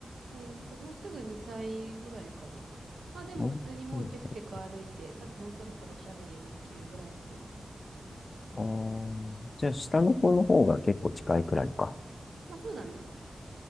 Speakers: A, on the right; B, on the left.
A: えーっと、もうすぐ2歳ぐらいかな。まあでも普通にもうテクテク歩いて、
B: うんそうそ
A: 多分もうそろそろおしゃべりもできるぐらいだと思う。
B: うああじゃあ、下の子の方が結構近いくらいか。
A: まあそうだね。